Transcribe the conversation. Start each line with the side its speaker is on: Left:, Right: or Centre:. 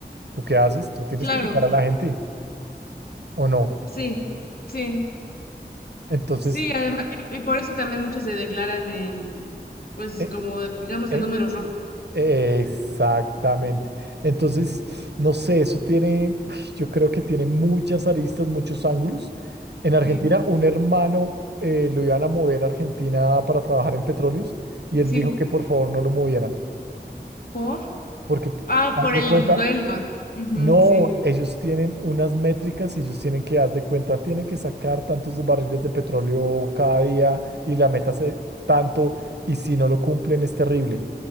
Right: ¿tú qué haces? Tú tienes
Left: Claro,
Right: que sacar a la gente o no.
Left: sí, sí,
Right: Entonces,
Left: sí, además, y, y por eso también muchos se declaran en, pues
Right: ¿en,
Left: como digamos
Right: en
Left: en números rojos.
Right: Exactamente. Entonces, no sé, eso tiene, <sighs> yo creo que tiene muchas aristas, muchos ángulos. En Argentina,
Left: Sí,
Right: un hermano eh, lo iban a mover a Argentina para trabajar en petróleos y él
Left: sí,
Right: dijo que por favor no lo movieran,
Left: por,
Right: porque
Left: ah,
Right: haz
Left: por
Right: de
Left: el
Right: cuenta,
Left: sueldo, ¿no? Ujú,
Right: no,
Left: sí.
Right: ellos tienen unas métricas y ellos tienen que, haz de cuenta, tienen que sacar tantos barriles de petróleo cada día y la meta es eh, tanto y si no lo cumplen es terrible.